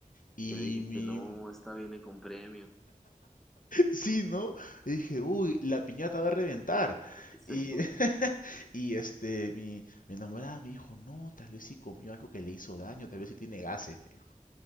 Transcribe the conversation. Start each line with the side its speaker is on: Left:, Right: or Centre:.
Left: Y
Centre: ¿Qué dijiste,
Left: mi,
Centre: no, esta viene con premio.
Left: Sí, ¿no? Y dije, uy, la piñata va a reventar.
Centre: Sí,
Left: Y,
Centre: <laughs>
Left: <laughs> y este, mi, mi enamorada me dijo, no, tal vez sí comió algo que le hizo daño, tal vez sí tiene gases, me dijo.